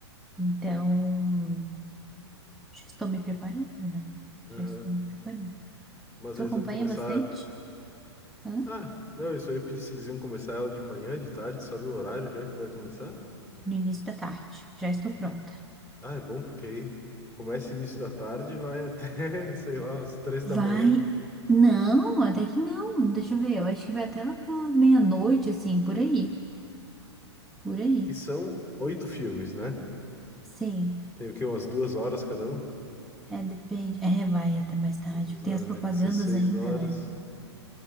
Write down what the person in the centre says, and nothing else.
Então, já estou me preparando, né? Já
estou me preparando.
Tu
acompanha
bastante? Hã?
No início da tarde. Já estou
pronta.
Vai.
Não, até que não. Deixa eu ver. Eu acho que vai até lá pela meia-noite, assim, por aí. Por aí.
Sim.
É, depende. É, vai até mais tarde.
Tem
as propagandas
ainda,
né?